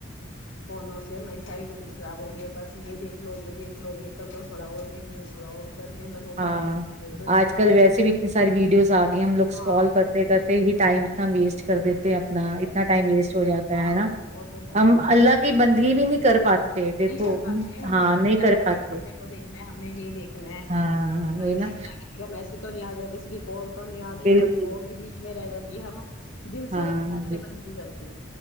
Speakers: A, on the left; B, on the right.
A: فونوں سے ہماری ساری روٹین خراب ہو گیا ہے بس یہ دیکھ لو یہ دیکھ لو یہ کر لو تھوڑا وہ دیکھ لیں تھوڑا اور کر لیں بس وہ
B: ہاں
A: کرتے کرتے لیٹ ہو جاتے
B: آج کل
A: ہے
B: ویسے بھی اتنی ساری ویڈیوز آ گئے ہم لوگ اسکور
A: ہاں
B: کرتے کرتے ہی ٹائم اتنا ویسٹ کر دیتے پہ اپنا اتنا ٹائم ویسٹ ہو جاتا
A: ہاں
B: ہے ہے نا
A: وہ تو ہے
B: ہم اللہ کی بندگی بھی نہیں کر پاتے یہ دیکھو
A: نہیں کر پاتے ہمیں
B: ہاں
A: وہ
B: نہیں کر
A: فٹافٹ
B: پاتے
A: ہم نے وہ دیکھنا ہے ہمیں یہ دیکھنا ہے
B: ہاں وہی
A: بھاںی
B: نا
A: دیکھنا کسی کا مسیج تو نہیں آگیا کسی کی کال تو نہیں آگی
B: بالکل
A: بس وہ بھی بیچ میں رہ جاتی ہے ہم دل
B: ہاں
A: سے اپنے
B: بالکل
A: بندگی کرتے ہیں